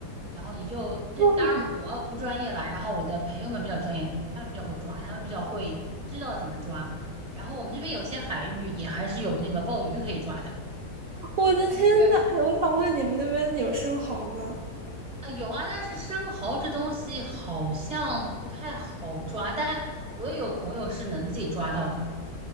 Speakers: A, in the centre; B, on the right.
A: 然后你就这当然我不专业啦，
B: 哇！
A: 然后我的朋友们比较专业，他们比较会抓，他们比较会知道怎么抓。然后我们这边有些海域也还是有那个鲍鱼可以抓的，
B: 我的天呐，
A: 但是
B: 哎，我想问你们那边有生蚝吗？
A: 啊有啊，但是生蚝这东西好像不太好抓，但我也有朋友是能自己抓到的。